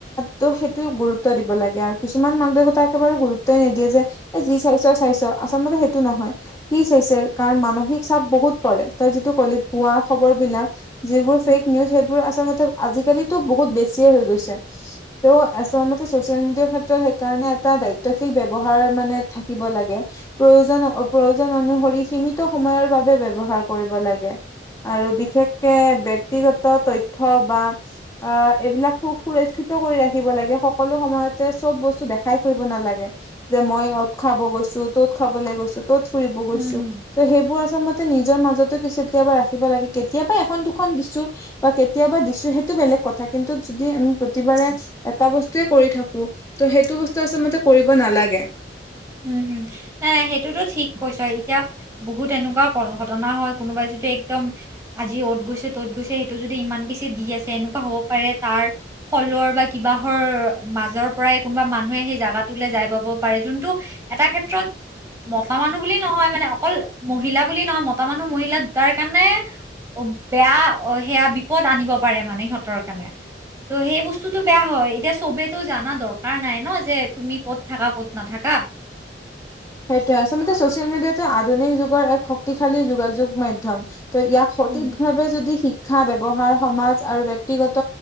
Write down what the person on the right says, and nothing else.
হুম
হুম হুম হুম
উম হম নাই নাই সেইটোতো ঠিক কৈছ এতিয়া বহুত এনেকুৱাও কৰো ঘট জনা হয় কোনোবাই যদি একদম আজি অত গৈছে ত'ত গৈছে সেইটো যদি ইমান বেছি দি আছে এনেকুৱা হ'ব পাৰে তাৰ ফলৰ কিবাহৰ মাজৰ পৰাই কোনোবা মানুহে সেই জাগা লৈ যাই পাব পাৰে যোন এটা ক্ষেত্ৰত মতা মানুহ বুলি নহয় মানে অকল মহিলা বুলি নহয় মতা মানুহ মহিলা তাৰ কাৰণে অ বেয়া অ সেয়া বিপদ আনিব পাৰে মানে সিহঁতৰ কাৰণে ত' সেই বস্তুতটো বেয়া হয় এতিয়া চবেতো জানা দৰকাৰ নাই ন যে তুমি ক'ত থাকা ক'ত নাথাকা
উম,